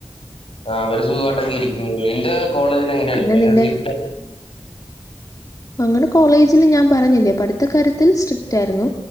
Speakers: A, on the left; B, on the left.
A: ആ അവര് സുഖാട്ടെക്കെ ഇരിക്കുന്നു നിന്റെ കോളേജിലെങ്ങനെയടി
B: പിന്നെ
A: ഭയങ്കര
B: നിന്റെ
A: സ്ട്രിക്റ്റാ
B: ങ്ങനെ കോളേജിൽ ഞാൻ പറഞ്ഞില്ലേ പട്ത്ത കാര്യത്തിൽ സ്ട്രിക്ടാര്ന്നു